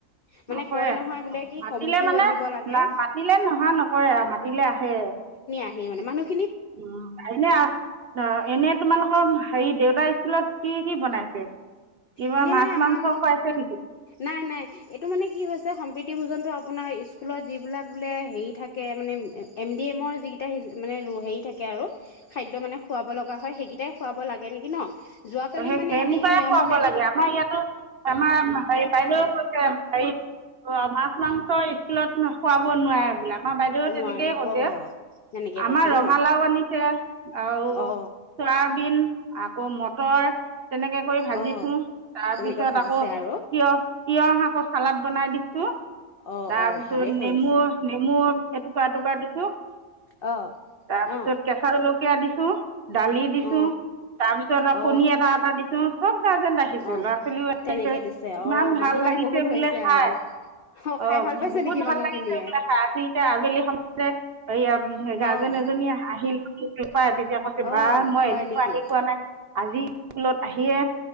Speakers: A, on the left (about 70°); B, on the right (about 55°).
A: মানে
B: অ কৰে।
A: কয় নহয় বোলে কি
B: মাতিলে
A: কমিটিও
B: মানে
A: আহিব লাগে
B: মাতিলে নহা নকৰে আৰু মাতিলে আহে।
A: আহে মানে মানুহ
B: উ কাইলে অ এনে তোমালোকৰ হেৰি দেউতাৰ স্কুলত কি কি বনাইছে? কিবা
A: এনেই
B: মাছ
A: মানে আমাৰ
B: মাংস খুৱাইছে নেকি
A: নাই, নাই। এইটো মানে কি হৈছে সম্প্ৰীতি ভোজনটো আপোনাৰ স্কুলত যিবিলাক বোলে হেৰি থাকে মানে এম ডি এমৰ যিকেইটা মানে হে থাকে আৰু খাইদ এক মানে খুৱাব লগা হয় সেইকিদিনত। ততে খুৱাব লাগে নেকি ন? যোৱাকালি
B: সেই
A: মানে
B: সেনেকুৱাই
A: এনেই নিয়মত
B: খুৱাব লাগে আমাৰ ইয়াতো আমাৰ হে বাইদেউও গৈছে। হেৰি অ মাছ মাংস স্কুলত খোৱাব নোৱাৰে বোলে আকৌ। আমাৰ বাইদেউও
A: নোৱাৰে
B: তেনেকেই কৈছে।
A: অ তেনেকে
B: আমাৰ
A: কৈছে
B: ৰঙালাও
A: ন
B: আনিছে আৰু
A: অ
B: চয়াবিন আকৌ মত মটৰ তেনেকে কৰি ভাজিছো।
A: অ
B: তাৰ
A: তেনেকে
B: পিছত
A: ভাজিছে
B: আকৌ
A: আৰু
B: তিয়হ, তিয়হ আকৌ চালাদ বনাই দিছো।
A: অ
B: তাৰপিছত
A: অ ভালেই কৰিছে
B: নেমু, নেমু এ টুকুৰা টুকুৰা দিছো।
A: অ
B: কাটি
A: অ
B: কেঁচাজলকী য়া দিছো। দালি দিছো।
A: অ
B: তাৰপিছত
A: অ
B: আক কণী এবাৰ এটা দিছো । চব গাৰ্জেন আহিছে
A: অ
B: ল'ৰা ছোৱালীও আহিছে
A: তেনেকে দিছে
B: ইমান
A: অ
B: ভাল
A: মানুহ মানে
B: লাগিছে
A: বহুত হৈছে
B: বোলে খাই
A: আৰু খাই
B: অ
A: ভাল পাইছে
B: বহুত
A: নেকি
B: ভাল
A: মানুহখিনিয়ে
B: লাগিছে বোলে খাই আজি এতিয়া আবেলি সময়তে এই গাৰ্জেন
A: অ
B: এজনী আহিল কপাই তেতিয়া কৈছে
A: অ
B: বা মই
A: হয়
B: এদিনো
A: নেকি
B: আহি পোৱা নাই আজি স্কুলত আহিয়ে